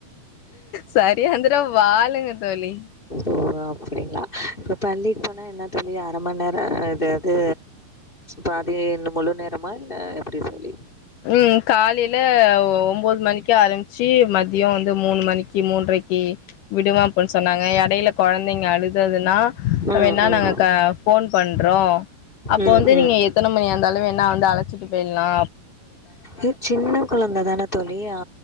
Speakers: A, on the left (about 80°); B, on the left (about 15°).
A: சரி அந்திர வாலுங்க தோழி
B: ஓ அப்டிங்களா இப்ப பள்ளிக்கு ன்னா என்ன தோழி அரமண் நேர அது அதாவது பாதி இன்ன முழு நேரமா இல்ல அப்டி சொல்லி
A: ம் காலையில ஒம்போது மணிக்கு ஆரம்பிச்சு மதியம் வந்து மூணு மணிக்கு மூன்ரைக்கு க்கி விடுவம் அப்டின்னு சொன்னாங்க எடையில கொழந்தைங்க அழுததுன்னா
B: ம்
A: வேணா
B: ம்
A: நாங்க ஃபோன் பண்றோ அப்போ
B: ம்
A: வந்து
B: ம்
A: நீங்க எத்தன மணியா இருந்தாலு வேணா வந்து அழச்சிட்டு போயிடலா
B: ஏ சின்ன கொழந்த தான தோழி ஆ